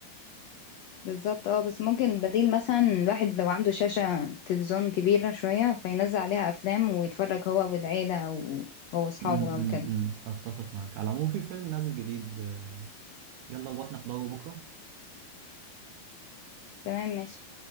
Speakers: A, on the left; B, on the right.
A: بالظبط اه بس ممكن البديل مثلا الواحد لو عنده شاشه تلفزيون كبيره شويه فينزل عليها افلام ويتفرج هو والعيله او هو اصحابه
B: أمم،
A: او
B: أمم،
A: كده
B: أمم. أتفق معاك على العموم في فيلم نازل جديد آه، يلا نروح نحضره بكرة
A: تمام ماشي